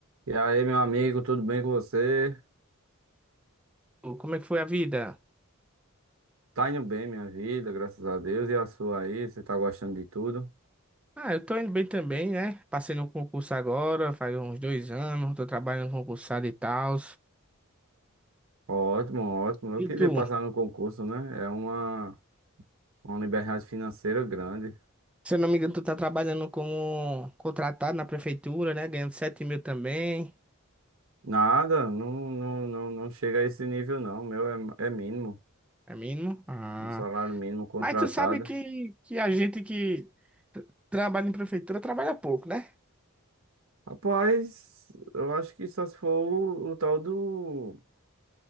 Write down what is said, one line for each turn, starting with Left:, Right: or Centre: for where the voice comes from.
Right: E aí, meu amigo, tudo bem com você?
Centre: Como é que foi a vida?
Right: Tá indo bem, minha vida, graças a Deus. E a sua aí? Você tá gostando de tudo?
Centre: Ah, eu tô indo bem também, né? Passei no concurso agora, faz uns dois anos, tô trabalhando concursado e tal.
Right: Ótimo, ótimo. Eu queria
Centre: E tu?
Right: passar no concurso, né? É uma, uma liberdade financeira grande.
Centre: Se eu não me engano, tu tá trabalhando como contratado na prefeitura, né? Ganhando 7 mil também,
Right: Nada, não, não, não, não chega a esse nível, não. O Meu é, é mínimo,
Centre: é mínimo. Ah.
Right: um salário mínimo contratado.
Centre: Mas tu sabe que, que a gente que tra- trabalha em prefeitura trabalha pouco, né?
Right: Rapaz, eu acho que só se for o, o tal do,